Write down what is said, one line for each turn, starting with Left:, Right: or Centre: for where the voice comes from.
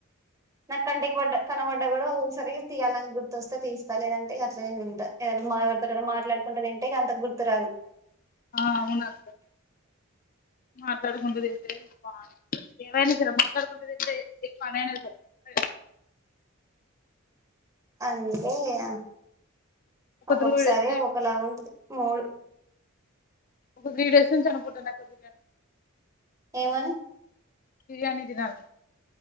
Right: నా కంటిక్ బడ్డ కనవ నగూడా ఒఓసారి తియ్యాలని గుర్తొస్తే తీస్తా, లేదంటే ఇగ అట్లనే దింట ఎవరన్ <unintelligible> మాట్లాడుకుంట దిన్. టే గ అంత గుర్తు రాదు
Left: ఆ అవునక్క మాట్లాడుకుండ తింటే బాన్ ఎవైనా సరే మాట్లాడుకుంట తింటే ఎ పని అయిన సరే <unintelligible>
Right: అంటే అ
Left: ఒక
Right: ఒక్కొక్కసారి
Left: త్రూ త్రీ
Right: ఒక్కొక్కలాగ ఉంటది మూలు
Left: ఒక త్రీ డేస్ నుంచి అనుకుంట నాకు బిర్యానీ
Right: ఏమని
Left: బిర్యానీ తినాలని